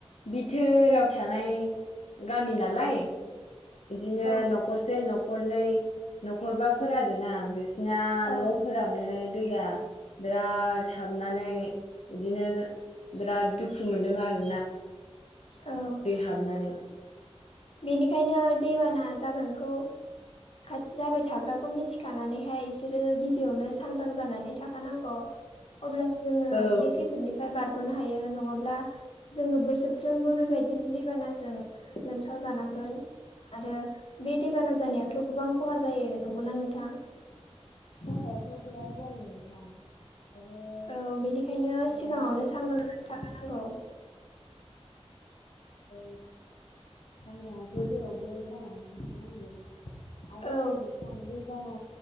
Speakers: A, on the left; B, on the left.
A: बिथोराव थानाय गामि नालाय इदिनो
B: औ
A: न'खरसे न'खरनै न'खरबाफोर आरो ना बे ना
B: औ
A: न'फोरावनो दैया बिराद हाबनानै बिदिनो बिराद दुखु मोनदों आरो ।
B: औ
A: हाबनानै
B: बेनिखायनो दैबाना जागोनखौ खाथि जाबाय थाग्राखौ मिथिखानानैहाय इसोरो गिबियावनो सांग्रां जानानै थाखानांग' । अब्लासो जोङो
A: औ
B: बे खैफोदनिफ्राय बारग'नो हायो नङाब्ला जोङो बो सोरफ्रोमबो बेबायदिनो दैबानाजों लोमसाव जानांगोन । आरो बे दैबाना जानायावथ' गोबां ख'हा जायो नंगौना नोंथां?
A: जानायाथ' बिराद जायो नोंथां आरो
B: औ बेनिखायनो
A: बिराद
B: सिगाङावनो सांग्रां जानानै थाखानांगौ
A: माने
B: ।
A: औ सांग्राङाथ' जेरावबो जानानै थाखा नांगौ । आरो
B: औ
A: नै नोंथां दैबाना